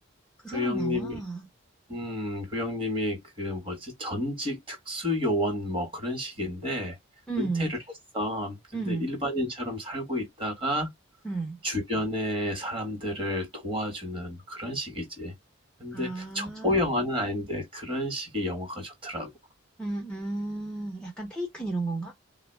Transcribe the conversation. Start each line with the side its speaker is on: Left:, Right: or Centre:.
Centre: 그
Right: 그
Centre: 사람
Right: 형님이
Centre: 나와.
Right: 음, 고영님이 그 뭐지? 전직 특수요원 뭐 그런 식인데
Centre: 응,
Right: 은퇴를 했어. 근데
Centre: 응,
Right: 일반인처럼 살고 있다가
Centre: 응.
Right: 주변의 사람들을 도와주는 그런 식이지. 근데
Centre: 아,
Right: 첩보 영화는 아닌데 그런 식의 영화가 좋더라고.
Centre: 음, 음. 약간 테이큰 이런 건가?